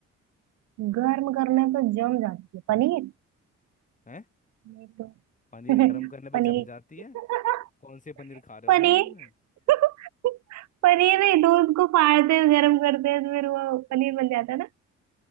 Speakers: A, on the right; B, on the left.
A: गर्म करने पे जम जाती है पनीर
B: हैं
A: नहीं तो <laughs>
B: पनीर गर्म करने पे
A: पनीर
B: जम जाती
A: <laughs>
B: है कौन से पनीर खा रहे हो
A: पनीर
B: भाई घर में
A: <laughs> पनीर नहीं दूध को फाड़ते हैं गर्म करते हैं तो फिर वो पनीर बन जाता है ना